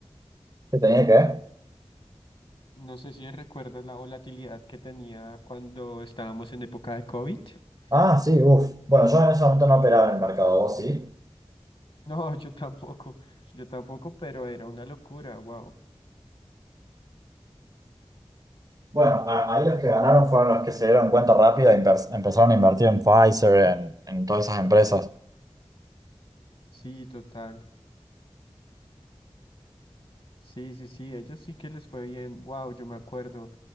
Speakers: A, on the right; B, on the left.
A: ¿Qué tenía que ver?
B: No sé si recuerdas la volatilidad que tenía cuando estábamos en época de COVID. <laughs>
A: Ah, sí, uff. Bueno, yo en ese momento no operaba en el mercado, ¿vos sí?
B: No, yo tampoco, yo tampoco, pero era una locura, wow.
A: Bueno, a- ahí los que ganaron fueron los que se dieron cuenta rápido e inver- empezaron a invertir en Pfizer, en, en todas esas empresas.
B: Sí, total. Sí, sí, sí, ellos sí que les fue bien. Wow, yo me acuerdo.